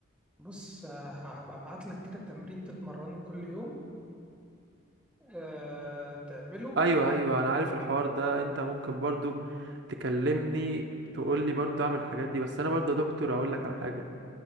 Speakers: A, in the centre; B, on the right.
A: بص آه، هبقى ابعت لك كده تمرين تتمرنه كل يوم آه، تعمله
B: ايوه ايوه انا عارف الحوار ده انت ممكن برضو تكلمني تقول لي برضو اعمل الحاجات دي بس انا برضو يا دكتور اقول لك على حاجه